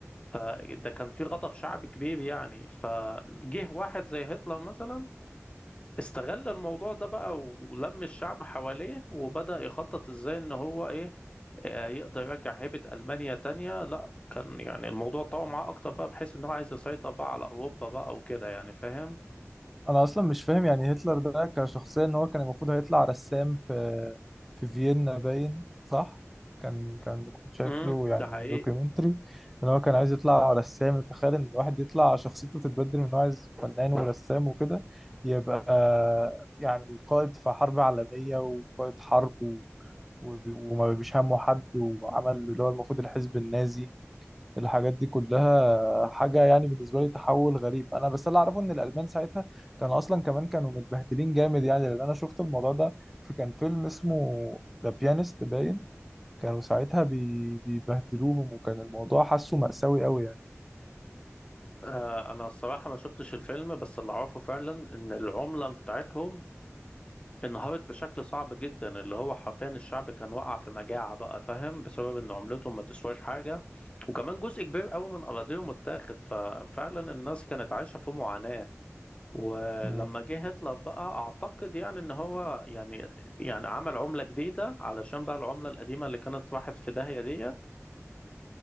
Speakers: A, on the left; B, in the centre.
A: فده كان في غضب شعبي كبير يعني فجه واحد زي هتلر مثلا استغل الموضوع ده بقى ولم الشعب حواليه وبدأ يخطط ازاي ان هو ايه آه، يقدر يرجع هيبة ألمانيا تانية لا كان يعني الموضوع طول معاه أكتر بقى بحيث إن هو عايز يسيطر بقى على أوروبا بقى وكده يعني فاهم؟
B: انا اصلا مش فاهم يعني هتلر ده كشخصيه ان هو كان المفروض هيطلع رسام في في فيينا باين صح كان كان كنت شايف
A: امم
B: له يعني
A: ده حقيقي
B: دوكيومنتري ان هو كان عايز يطلع رسام تخيل ان الواحد يطلع شخصيته تتبدل من إن هو عايز فنان ورسام وكده يبقى يعني قائد في حرب عالميه وقائد حرب و- وب- وما بيش همه حد وعمل اللي هو المفروض الحزب النازي الحاجات دي كلها حاجة يعني بالنسبة لي تحول غريب أنا بس اللي أعرفه إن الألمان ساعتها كانوا أصلا كمان كانوا متبهدلين جامد يعني لأن أنا شفت الموضوع ده في كان فيلم اسمه ذا بيانست باين كانوا ساعتها بي... بيبهدلوهم وكان الموضوع حاسه مأساوي أوي يعني
A: آه أنا الصراحة ما شفتش الفيلم بس اللي أعرفه فعلا إن العملة بتاعتهم انهارت بشكل صعب جدا اللي هو حرفيا الشعب كان وقع في مجاعة بقى فاهم بسبب إن عملتهم ما تسواش حاجة وكمان جزء كبير قوي من أراضيهم اتاخد ففعلا الناس كانت عايشة في معاناة ولما
B: مم.
A: جه هتلر بقى اعتقد يعني ان هو يعني يعني عمل عملة جديدة علشان بقى العملة القديمة اللي كانت راحت في داهية ديت